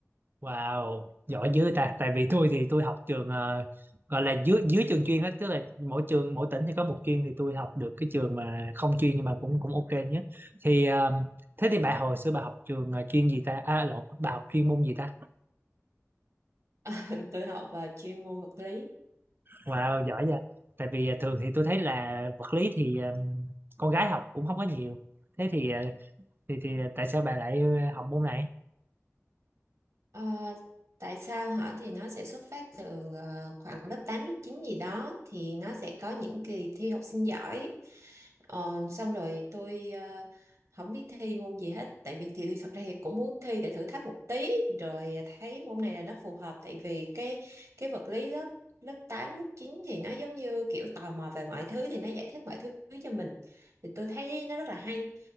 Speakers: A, on the right (about 40°); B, on the right (about 70°).
A: Wow, giỏi dữ ta. Tại vì tôi thì tôi học trường ờ, gọi là dưới dưới trường chuyên hết, tức là mỗi trường mỗi tỉnh thì có một chuyên thì tôi học được cái trường mà không chuyên nhưng mà cũng cũng ok nhé. Thì ờ, thế thì bà hồi xưa bà học trường ờ, chuyên gì ta? À lộn, bà học chuyên môn gì ta?
B: <laughs> Tôi học vào chuyên môn vật lý
A: Wow, giỏi vậy. Tại vì ờ, thường thì tôi thấy là vật lý thì ờ, con gái học cũng không có nhiều thế thì ờ, thì thì tại sao bà lại ờ, học môn này
B: Ờ, tại sao hả thì nó sẽ xuất phát từ ờ, khoảng lớp 8 lớp 9 gì đó thì nó sẽ có những kỳ thi học sinh giỏi Ờ, xong rồi tôi ờ, không biết thi môn gì hết tại vì thì tôi thật ra thì cũng muốn thi để thử thách một tí rồi thấy môn này là nó phù hợp tại vì cái cái vật lý lớp lớp 8 lớp 9 thì nó giống như kiểu tò mò về mọi thứ thì nó giải thích mọi thứ cho mình thì tôi thấy nó rất là hay